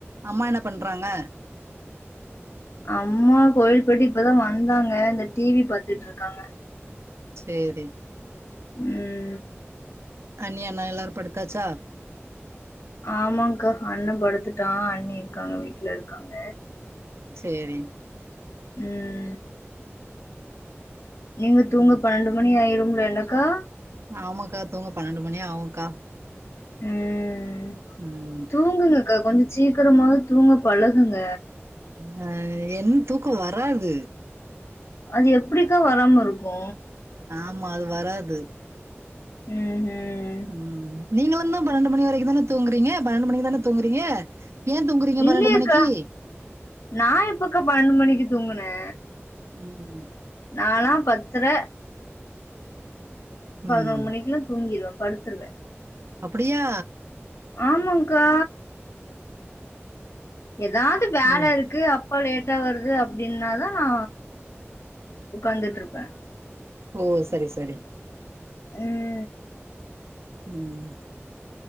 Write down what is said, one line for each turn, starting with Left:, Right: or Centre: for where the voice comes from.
Right: அம்மா என்ன பண்றாங்க
Left: அம்மா கோயில் போய்ட்டு இப்ப தா வந்தாங்க இந்த டி வி பாத்துட்ருக்காங்க
Right: சேரி
Left: ம்
Right: அண்ணி அண்ணா எல்லாரு படுத்தாச்சா
Left: ஆமாங்க்கா அண்ண படுத்துட்டா அண்ணி இருக்காங்க வீட்ல இருக்காங்க
Right: சேரி
Left: ம் நீங்க தூங்க
Right: ம்
Left: பன்னண்டு மணி ஆயிரும்ல என்னக்கா
Right: ஆமாங்க்கா தூங்க பன்னண்டு மணி ஆகுங்க்கா
Left: ம்
Right: ம்
Left: தூங்குங்கக்கா கொஞ்ச சீக்கிரமாது தூங்க பழகுங்க
Right: ம் அ என் தூக்க வராது
Left: அது எப்டிக்கா வராம இருக்கு
Right: ஆமா அது வராது
Left: ம் ம்
Right: ம் நீங்களுந்தா பன்னெண்டு மணி வரைக்கு தான தூங்குறீங்க பன்னெண்டு மணிக்கு தான தூங்குறீங்க ஏ தூங்குறீங்க
Left: இல்லயேக்கா
Right: பன்னெண்டு மணிக்கு
Left: நா எப்பக்கா பன்னெண்டு மணிக்கு தூங்குனே
Right: ம்
Left: நாலா பத்தர பதுனொரு
Right: ம்
Left: மணிக்குல தூங்கிருவே படுத்துருவே
Right: அப்டியா
Left: ஆமாங்க்கா எதாவ்து வேல
Right: ம்
Left: இருக்கு அப் ப்பா லேட்டா வருது அப்டின்னாதா நா உக்காந்துட்ருப்பே
Right: ஓ சரி சரி
Left: ம்
Right: ம்